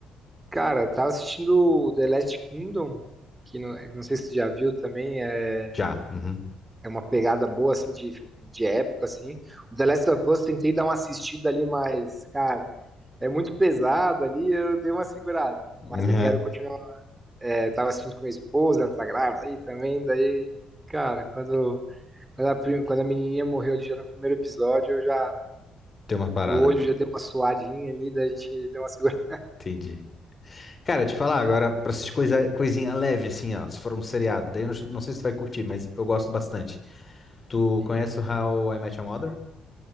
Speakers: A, on the right; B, on the left.
A: Cara, eu tava assistindo o The Last Kingdom, que não, não sei se tu já viu também, é,
B: Já. Uhum.
A: é uma pegada boa, assim, de, de época, assim. O The Last of Us, tentei dar uma assistida ali, mas, cara, é muito pesado ali, eu dei uma segurada.
B: Uhum.
A: Mas eu quero continuar. É, tava assistindo com minha esposa, ela tá grávida aí também, daí, cara, quando, quando a, pri- quando a menininha morreu ali já no primeiro episódio, eu já
B: Tem uma parada.
A: O olho já deu uma suadinha ali, daí a gente deu uma <laughs> segurada.
B: Entendi. Cara, te falar agora, pra essas coisa, coisinha leve, assim, ó, se for um seriado, daí eu não, não sei se tu vai curtir, mas eu gosto bastante. Tu
A: Uhum.
B: conhece o How I Met Your Mother?